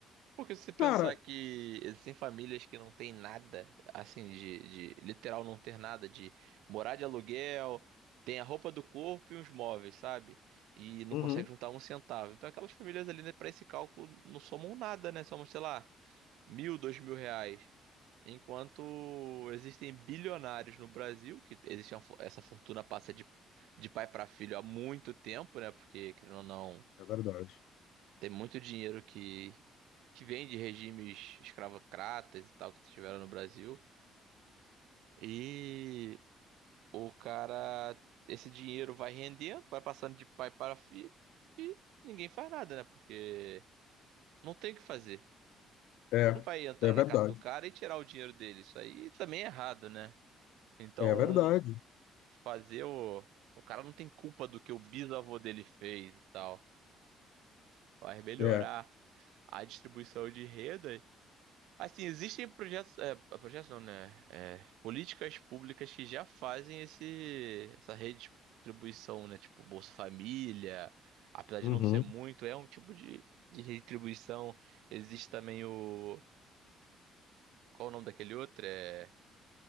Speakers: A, on the right; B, on the left.
A: Porque se você pensar
B: Cara,
A: que existem famílias que não têm nada, assim, de, de literal não ter nada, de morar de aluguel, tem a roupa do corpo e os móveis, sabe? E não
B: uhum,
A: consegue juntar um centavo. Então aquelas famílias ali, né, para esse cálculo, não somam nada, né? Somam, sei lá, mil, dois mil reais. Enquanto existem bilionários no Brasil, que existe uma fo- essa fortuna passa de, de pai para filho há muito tempo, né? Porque, querendo ou não,
B: é verdade.
A: tem muito dinheiro que, que vem de regimes escravocratas e tal que tiveram no Brasil. E o cara, esse dinheiro vai rendendo, vai passando de pai para filho e ninguém faz nada, né? Porque não tem o que fazer.
B: É,
A: Você não vai entrar
B: é
A: na
B: verdade,
A: casa do cara e tirar o dinheiro dele. Isso aí também é errado, né? Então.
B: é verdade.
A: fazer o. O cara não tem culpa do que o bisavô dele fez e tal. Vai melhorar
B: É,
A: a distribuição de renda. Assim, existem projetos. É, projetos não, né? É, políticas públicas que já fazem esse, essa redistribuição, né? Tipo, Bolsa Família. Apesar de
B: uhum.
A: não ser muito, é um tipo de, de redistribuição. Existe também o. Qual o nome daquele outro? É.